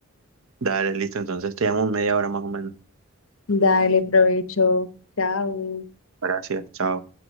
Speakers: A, on the right; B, on the left.
A: Dale, listo. Entonces te llamo en media hora más o menos.
B: Dale, provecho. Chao.
A: Gracias, chao.